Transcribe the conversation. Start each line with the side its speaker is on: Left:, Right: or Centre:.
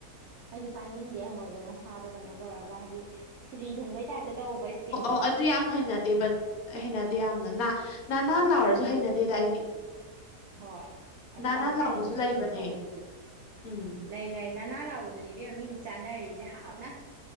Right: ꯑꯩꯁꯨ ꯄꯥꯏꯅꯤꯡꯗꯦ ꯍꯪꯉꯣꯏꯗꯣ ꯃꯁꯥꯗꯣ ꯀꯩꯅꯣ ꯇꯧꯔꯒ ꯍꯥꯏꯗꯤ ꯐꯨꯔꯤ ꯊꯨꯡꯕꯩ ꯇꯥꯏꯞꯇ ꯇꯧꯕ ꯏꯁꯀꯤꯟꯗꯣ
Left: ꯑꯣ ꯑꯗꯨ ꯌꯥꯝ ꯍꯩꯅꯗꯦꯕ ꯑꯩ ꯍꯩꯅꯗꯦ ꯌꯥꯝꯅ ꯅꯥꯟ ꯅꯥꯟ ꯂꯥꯎꯔꯁꯨ ꯍꯩꯅꯗꯦꯗ ꯑꯩꯗꯤ
Right: ꯍꯣꯏ ꯑꯗꯨꯀꯥꯟꯗ
Left: ꯅꯥꯟ ꯅꯥꯟ
Right: ꯃꯥꯒꯤ
Left: ꯂꯥꯎꯕꯁꯨ
Right: ꯀꯨꯇꯔꯨꯛ
Left: ꯂꯩꯕꯅꯦ
Right: ꯀꯨꯇꯔꯨꯛ ꯇꯧꯕꯗꯨꯁꯨ
Left: ꯎꯝ
Right: ꯂꯩ ꯂꯩ ꯅꯅꯥꯟ ꯂꯥꯎꯕꯗꯨꯅꯦ ꯏꯕꯦꯝꯃ ꯃꯤꯅ ꯆꯥꯅꯔꯤꯁꯦ ꯍꯥꯎꯅ